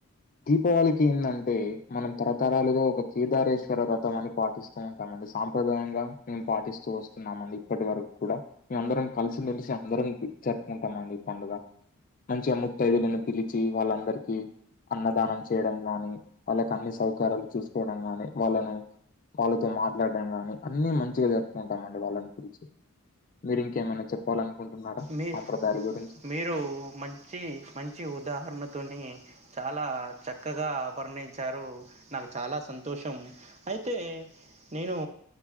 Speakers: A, on the left (about 40°); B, on the right (about 30°).
A: దీపావళికి ఏందంటే మనం తరతరాలుగా ఒక కేదారేశ్వర వ్రతం అని పాటిస్తూ ఉంటాం. సాంప్రదాయంగా మేము పాటిస్తూ వస్తున్నామ అండి. ఇప్పటి వరకు కూడా మే అందరం కలిసిమెలిసి అందరం జరుపుకుంటామండి. ఈ పండుగ మంచిగా ముత్తైదులను పిలిచి వాళ్ళందరికీ అన్నదానం చేయడం గాని వాళ్ళకి అన్ని సౌకర్యాలు చూసుకోవడం గాని వాళ్ళను వాళ్ళతో మాట్లాడం కాని అన్ని మంచిగా జరుపుకుంటామ అండి. వాళ్ళని గురించి మీరు ఇంకేమైనా చెప్పాలి అనుకుంటున్నారా
B: మీ
A: సాంప్రదాయాల గురించి
B: మీరు మంచి మంచి ఉదాహరణతోని చాలా చక్కగా వర్ణి ఇచ్చారు నాకు చాలా సంతోషం అయితే నేను